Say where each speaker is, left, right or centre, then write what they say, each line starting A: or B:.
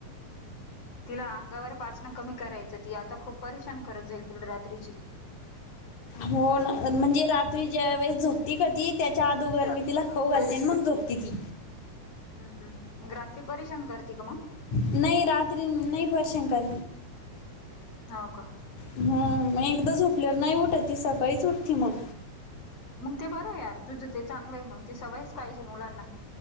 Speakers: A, on the left (about 50°); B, on the left (about 75°).
A: तिला अंगावर पाचनं कमी करायचं, ती आता खूप परेशान करत जाईल तुला रात्रीची.
B: हो ना म्हणजे, रात्री ज्या वेळेस झोपती का ती त्यांच्या आदुगर मी तिला खाऊ घालते, मग झोपती ती.
A: हम हम. मग रात्री परेशान करते का मग.
B: नाही रात्री नाही परेशान कर
A: होव का.
B: ह. मग एकदा झोपल्यावर नाही उठत, ती सकाळीच उठती मग.
A: मंग ते बरं आहे यार तुझं चांगलं आहे, मग ते सवयच पाहिजे मुलांना.